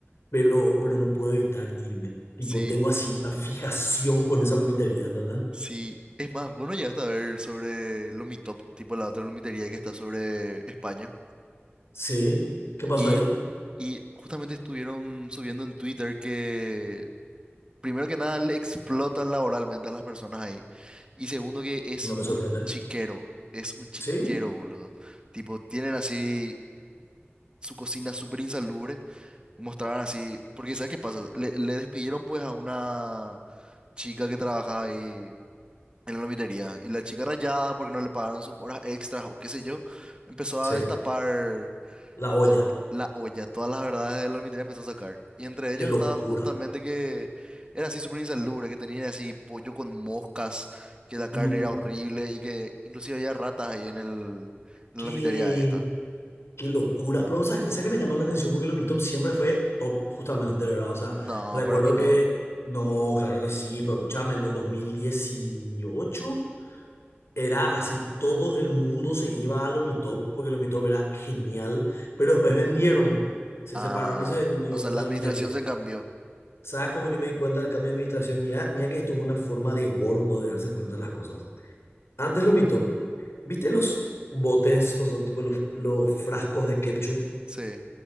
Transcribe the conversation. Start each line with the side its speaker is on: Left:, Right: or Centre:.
Left: pero, pero no puedo evitar irme. Tipo,
Right: Sí,
Left: tengo así una fijación con esa lomitería, ¿entendés?
Right: sí. Es más, bueno, llegaste a ver sobre Lomitop, tipo la otra lomitería que está sobre España.
Left: Sí, ¿qué pasó
Right: Y,
Left: ahí?
Right: y justamente estuvieron subiendo en Twitter que, primero que nada, le explotan laboralmente a las personas ahí. Y segundo, que es
Left: No me
Right: un
Left: sorprende.
Right: chiquero. Es un chiquero,
Left: ¿Sí?
Right: boludo. Tipo, tienen así su cocina súper insalubre. mostraban así, porque ¿sabes qué pasa? Le, le despidieron pues a una chica que trabajaba ahí en la lomitería y la chica rayada porque no le pagaron sus horas extras o qué sé yo, empezó
Left: Sí,
Right: a destapar
Left: La Olla.
Right: to- la olla, todas las verdades de la lomitería empezó a sacar. Y entre
Left: Qué
Right: ellos
Left: locura.
Right: estaba justamente que era así súper insalubre, que tenían así pollo con moscas, que la
Left: No,
Right: carne era horrible y que inclusive había ratas ahí en el, en
Left: qué,
Right: la lomitería esta.
Left: qué locura. Pero, ¿sabes, qué sabes qué me llama la atención? Porque lo de mi top siempre fue top, justamente, ¿verdad? O sea,
Right: No,
Left: recuerdo
Right: para mí no.
Left: que, no, claro que sí, pero escúchame, en el 2018 era así, todo el mundo se iba a lo mi top porque lo mi top era genial, pero después vendieron, se
Right: Ah,
Left: separaron y se vendió
Right: o sea,
Left: la
Right: la
Left: almitería.
Right: administración se cambió.
Left: ¿Sabes cómo yo me di cuenta del cambio de administración? Mira, mira que esto es una forma de gordo de darse cuenta de las cosas. Antes lo mito. ¿Viste los botes, o sea, tipo los, los frascos de ketchup?
Right: Sí.